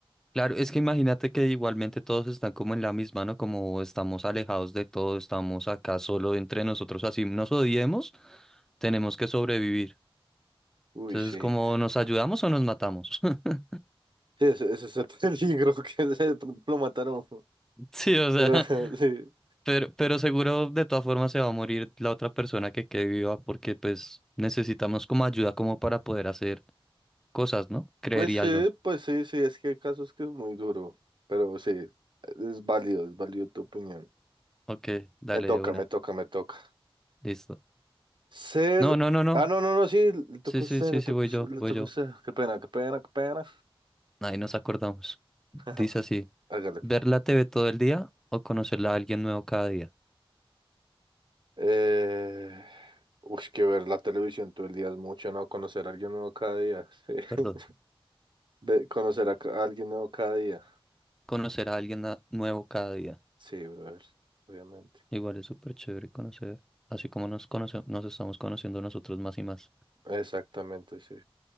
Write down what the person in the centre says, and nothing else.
Claro, es que imagínate que igualmente todos están como en la misma, ¿no? Como estamos alejados de todo, estamos acá solo entre nosotros, así nos odiemos, tenemos que sobrevivir.
Entonces,
como nos ayudamos o nos matamos. <laughs>
Sí, o sea,
pero, pero seguro de todas formas se va a morir la otra persona que quede viva porque pues necesitamos como ayuda como para poder hacer cosas, ¿no? Creería
yo.
Ok, dale
de una.
Listo.
No, no, no, no.
Sí, sí,
sí,
sí,
voy
yo,
voy
yo.
Ahí nos acordamos.
Dice así.
¿Ver la TV todo el día o conocerla a alguien nuevo cada día?
Perdón.
Conocer a alguien na- nuevo cada día.
Igual es súper chévere conocer, así como nos conoce- nos estamos conociendo nosotros más y más.